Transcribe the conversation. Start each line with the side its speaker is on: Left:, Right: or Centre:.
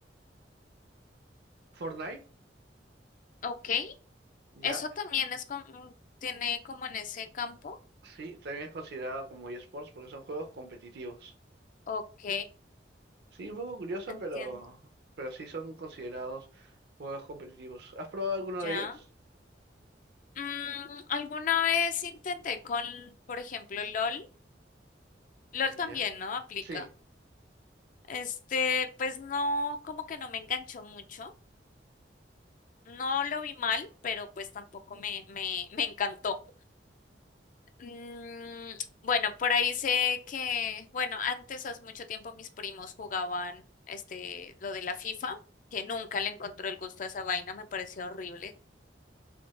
Right: Fortnite.
Left: ok.
Right: Ya,
Left: Eso también es como, tiene como en ese campo.
Right: Sí, también es considerado como eSports porque son juegos competitivos.
Left: Ok,
Right: Sí, un poco curioso,
Left: entiendo.
Right: pero, pero sí son considerados juegos competitivos. ¿Has probado alguno
Left: Ya.
Right: de ellos?
Left: Mm, alguna vez intenté con, por ejemplo, LOL. LOL
Right: Ya.
Left: también, ¿no? Aplica.
Right: Sí.
Left: Este, pues no, como que no me enganchó mucho. No lo vi mal, pero pues tampoco me, me, me encantó. Mm, bueno, por ahí sé que, bueno, antes hace mucho tiempo mis primos jugaban este lo de la FIFA, que nunca le encontró el gusto a esa vaina, me pareció horrible.